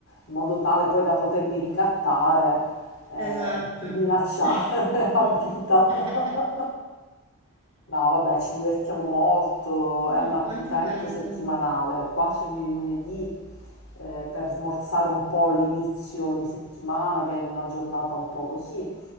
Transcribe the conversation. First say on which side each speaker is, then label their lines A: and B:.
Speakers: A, on the left; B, on the right.
A: in modo tale poi da potermi ricattare, eh,
B: esatto.
A: minacciare
B: <laughs>
A: <laughs> a vita. No, vabbè, ci divertiamo molto,
B: No,
A: è un appuntamento
B: molto bello.
A: settimanale, quasi ogni lunedì, eh, per smorzare un po' l'inizio di settimana, che è una giornata un po' così.